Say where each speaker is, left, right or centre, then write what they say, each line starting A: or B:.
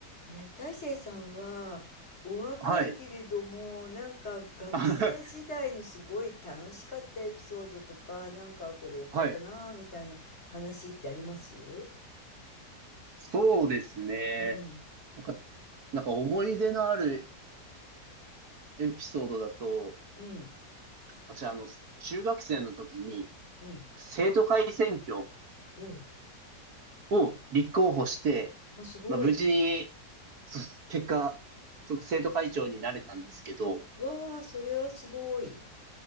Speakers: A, on the left; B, on the right.
A: えー、大成さんはお若いけれどもなんか学生時代のすごい楽しかったエピソードとかなんかこれ良かったなぁみたいな話ってあります
B: はい。<laughs> はい。そうですね。
A: うん
B: なんか、なんか思い出のあるエピソードだと、
A: うん
B: 私、あの、中学生の時に
A: うん
B: 生徒会選挙
A: おう
B: を立候補して、
A: おすごい
B: まあ、無事に、そ結果、ちょっと生徒会長になれたんですけど、
A: わあそれはすごい